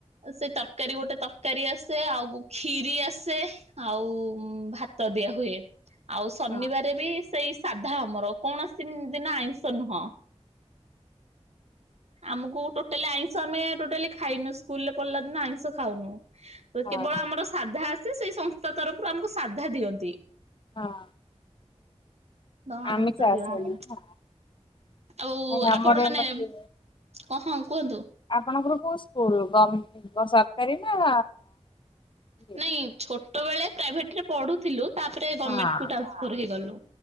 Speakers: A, on the right; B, on the left.
A: ସେ ତରକାରୀ ଗୋଟେ ତରକାରୀ ଆସେ। ଆଉ ଖିରି ଆସେ। ଆଉ ଭାତ ଦିଆ ହୁଏ। ଆଉ ଶନିବାର
B: ହଁ
A: ବି ସେଇ ସାଧା ଆମର। କୌଣସି ଦିନ ଆଇଁଷ ନୁହଁ। ଆମକୁ ଟୋଟାଲି ଆଇଁଷ ଆମେ ଟୋଟାଲି ଖାଇନୁ। ସ୍କୁଲରେ ପଢିଲା ଦିନୁ ଆଇଁଷ ଖାଉନୁ।
B: ହଁ ହଁ
A: କେବଳ ଆମର ସାଧା ଆସେ। ସେଇ ସଂସ୍ଥା ତରଫରୁ ଆମକୁ ସାଧା ଦିଅନ୍ତି
B: ହଁ
A: ହ ଆଇଷ
B: ଆମିଷ
A: ଦିଆ
B: ଆସେନି
A: ହଉନି
B: ନା
A: ଆଉ
B: ନାଇଁ ଆମର
A: ଆପଣ ମାନେ।
B: ଏମିତି
A: କହଁ କୁହନ୍ତୁ।
B: ଆପଣଙ୍କର କୋଉ ସ୍କୁଲ ଗମ୍ ସରକାରୀ ନା ଇଏ?
A: ନାଇଁ ଛୋଟବେଳେ ପ୍ରାଇଭେଟ ରେ ପଢୁଥିଲୁ। ତାପରେ ଗଭର୍ଣମେଣ୍ଟ
B: ହଁ।
A: କୁ ଟ୍ରାନ୍ସଫର୍ ହେଇଗଲୁ